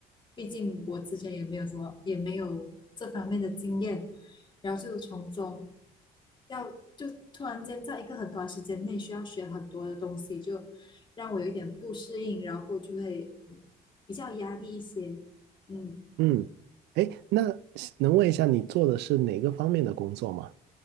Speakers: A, on the left; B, on the right.
A: 毕竟我之前也没有什么，也没有这方面的经验，然后就从中。要就突然间在一个很短时间内需要学很多的东西，就让我有一点不适应，然后就会嗯比较压力一些。嗯
B: <laughs> 嗯，哎，那能问一下你做的是哪个方面的工作吗？